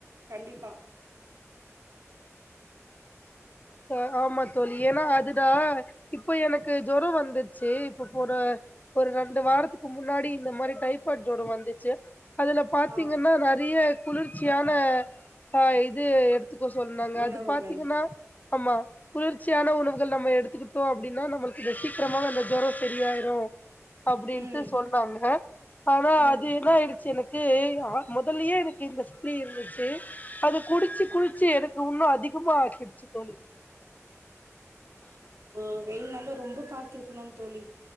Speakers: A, on the right; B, on the left.
A: கண்டிப்பா
B: ஆஹ் ஆமா தோழி ஏன்னா அதுடா இப்ப எனக்கு ஜொரம் வந்துச்சு இப்ப போற ஒரு ரெண்டு வாரத்துக்கு முன்னாடி இந்த மாரி டைபாய்ட் ஜொரம் வந்துச்சு அதுல பாத்தீங்கன்னா
A: ஆ
B: நறைய குளிர்ச்சியான அஹ் இது எடுத்து எடுத்துக்க சொன்னாங்க
A: உணவுகள்
B: அது பாத்தீங்கன்னா ஆமா குளிர்ச்சியான உணவுகள் நம்ம எடுத்துக்கிட்டோம் அப்படின்னா நம்மளுக்கு சித்தல அப்புரம அந்த ஜொரம் சரியாயிரும் அப்டின்ட்டு
A: ம்
B: சொன்னாங்க ஆனா
A: ம்
B: அது என்ன ஆயிடுச்சு எனக்கு முதல்லயே எனக்கு இந்த சளி இருந்துச்சு அது குடிச்சு
A: ஆமா
B: குடிச்சு எனக்கு இன்னும் அதிகமா ஆகிடுச்சு தோழி
A: ம் வெயில் நாள்ல ரொம்ப பா பாத்துருக்கணும்னு தோழி